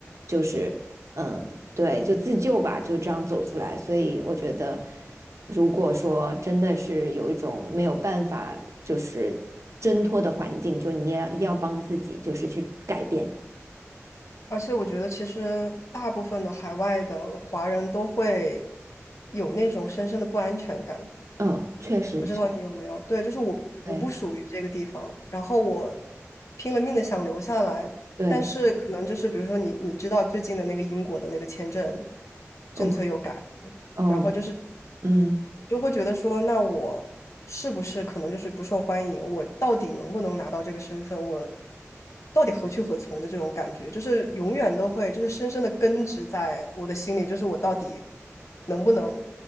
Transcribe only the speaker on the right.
就是。嗯，对，就自救吧，就这样走出来。所以我觉得，如果说真的是有一种没有办法就是挣脱的环境，就你也一定要帮自己，就是去改变。
嗯，确实是，
对
对，
哦
哦，
嗯